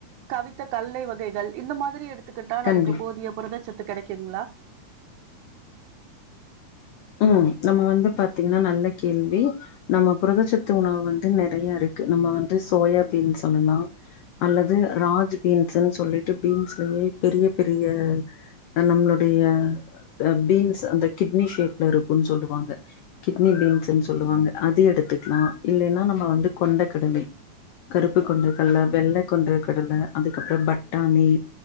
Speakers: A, on the right; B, on the left.
A: கவித்த கல்லை வ கைகள் இந்த மாதிரி எடுத்துக்கிட்டா
B: கண்டி
A: நமக்கு போதிய புரதச்சத் து கெடைக்குங்ளா
B: ம் நம்ம வந்து பாத்தீங்னா நல்ல கேள்வி நம்ம புரதச்சத்து உணவு வந்து நெறைய இருக்கு நம்ம வந்து சோயா பீன்ஸ் சொல்லலா அல்லது ராஜ் பீன்ஸுன் சொல்லிட்டு பீன்ஸ்லயே பெரிய பெரிய நம்ளுடைய பீன்ஸ் அந்த கிட்னி ஷேப் ல இருக்குன் சொல்லுவாங்க கிட்னி பீன்ஸுன் சொல்லுவாங்க அதையு எடுத்துக்லா இல்லேன்னா நம்ம வந்து கொண்டக் கடலை கருப்பு கொண்டக் கல்ல வெள்ள கொண்டக் கடல அதுக்கப்றோ பட்டாணி